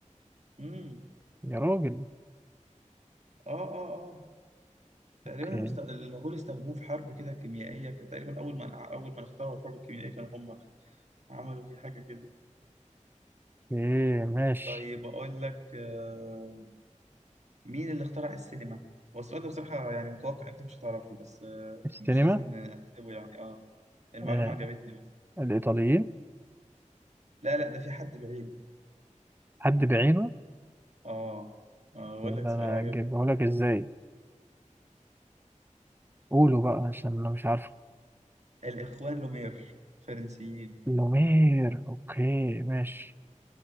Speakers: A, on the right; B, on the right.
A: امم
B: يا راجل
A: اه اه اه تقريبا
B: أوكي
A: المست... المغول استخدموه في حرب كده كيميائيه كان تقريبا اول ما اول ما اخترعوا الحرب الكيميائيه كانوا هم عملوا فيه حاجه كده
B: أوكي، ماشي
A: طيب اقول لك آه، مين اللي اخترع السينما هو السؤال ده بصراحه يعني متوقع انت مش هتعرفه بس آه،
B: السينما
A: مش لازم نحسبه يعني اه المعلومه
B: آه
A: عجبتني بس
B: الإيطاليين
A: لا لا ده في حد بعيد
B: حد بعينه
A: اه آه، اقول
B: يقول
A: لك
B: أنا
A: سؤال عجبني
B: أجيبه لك إزاي قولوا بقى عشان أنا مش عارفه
A: <laughs> الاخوان لومير فرنسيين
B: لومير أوكي ماشي